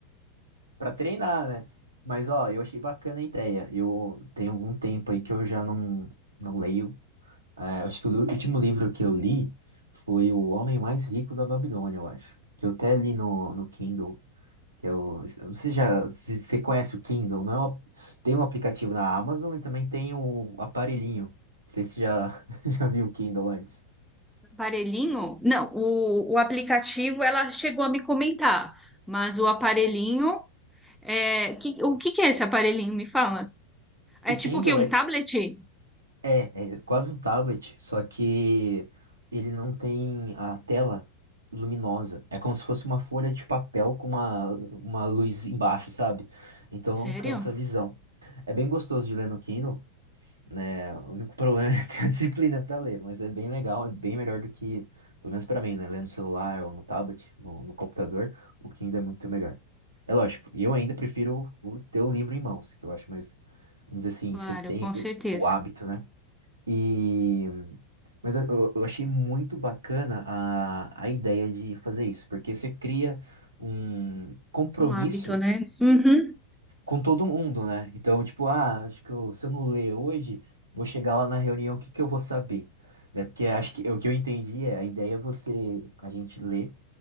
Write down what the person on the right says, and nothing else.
pra treinar, né? Mas ó, eu achei bacana a ideia. Eu tenho algum tempo aí que eu já não, não leio. É, acho que o lu- último livro que eu li foi O Homem Mais Rico da Babilônia, eu acho. Que eu até li no, no Kindle. Que eu, eu não sei já, se você conhece o Kindle, não é uma- tem um aplicativo na Amazon e também tem o aparelhinho. Não sei se você já, <laughs> já viu o Kindle antes.
O Kindle
é,
é, é quase um tablet, só que ele não tem a tela luminosa. É como se fosse uma folha de papel com uma, uma luz embaixo, sabe? Então
não cansa a visão. É bem gostoso de ler no Kindle né? O único problema <laughs> é ter a disciplina para ler, mas é bem legal, é bem melhor do que, pelo menos para mim, né? Ler no celular ou no tablet, no, no computador, o que ainda é muito melhor. É lógico, eu ainda prefiro o ter o livro em mãos, que eu acho mais, vamos dizer assim,
você tem
aquele-
o hábito, né? E. Mas eu, eu eu achei muito bacana a, a ideia de fazer isso, porque você cria um compromisso
com todo mundo, né? Então, tipo, ah, acho que eu- se eu não ler hoje, vou chegar lá na reunião, o que que eu vou saber? Né? Porque acho que o que eu entendi é a ideia é você, a gente ler